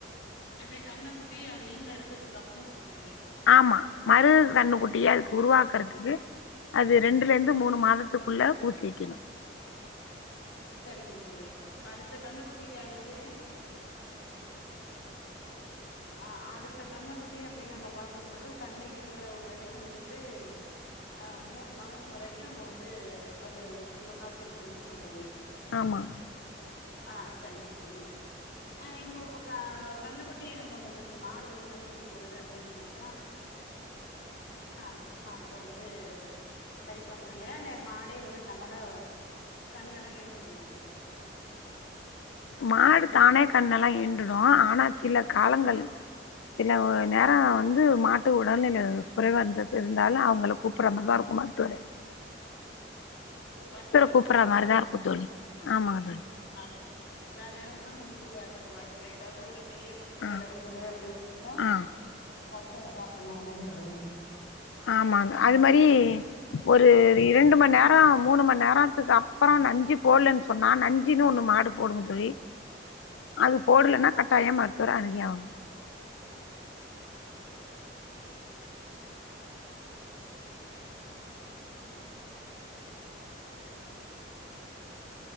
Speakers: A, on the left; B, on the left.
A: எது கண்ண குட்டி அது ஈன்ற எடுத்ததுக்கு அப்பறம் சொல்றீங்க
B: ஆமா மறு கண்ணு குட்டிய அதுக்கு உருவாக்குறதுக்கு அது ரெண்டுல இருந்து மூணு மாதத்துக்குள்ள ஊசி வைக்கணும்.
A: சேரிங்க தோழி அடுத்த கண்ணுகுட்டிக்கானது அ அடுத்த கண்ணுக்குட்டி அப்டின்னு நம்ம பாக்கும்போது கண்ணு ஈன்ற உடனேயே வந்துட்டு ஆ மூணு மாதம் வரைக்கும் நம்ம வந்து அது திரும்ப காத்திருக்கணும்னு சொல்றீங்க
B: ஆமா
A: ஆ சேரிங்க தோழி ஆ இப்போ இப்ப கன்னுக்குட்டி நம்ம ஒருதக்க மாடு வந்து கன்னுக்குடி போடுது அப்டின்னாக்கா ஆ ஆ அத வந்து சரி பார்க்கணும் இல்லையா இல்ல மாடே வந்து தன்னால கண்ணெல்லாம் ஈன்றுமா தோழி
B: மாடு தானே கன்னெல்லாம் ஈன்றுடும் ஆன சில காலங்கள் இல்ல நேரம் வந்து மாட்டுக்கு உடல்நிலை குறைவா இருந்தது இருந்தாலும் அவங்கள கூப்பிட மாரி தான் இருக்குமா மருத்துவரை
A: மருத்துவரை வந்து
B: கூப்பிட்ற
A: நம்ம பார்ககற
B: மாதிரி தான்
A: மாரி இருக்கும்
B: தோழி ஆமாங்க தோழி
A: ஆ எல்லா நேரமும் அந்த மாரி வர்றதுக்கு வாய்ப்பு இல்ல ஏதாவது ஒரு பெரிய பிரச் பிரச்சனைல
B: ஆ
A: இருக்குது அப்டின்னா அப்ப
B: ஆ
A: நம் மருத்துவரை பார்க்கனும் அப்டின்றது
B: ஆமாங்க அது மாரி ஒரு இரண்டு மணி நேரோ மூணு மணி நேரத்துக்கு அப்பறம் நஞ்சு போடலன் சொன்னா நஞ்சின்னு ஒன்னு மாடு போடுங்க தோழி
A: ஆ
B: அது போடலன்னா கட்டாயம் மருத்துவரை அனுகி ஆகனும்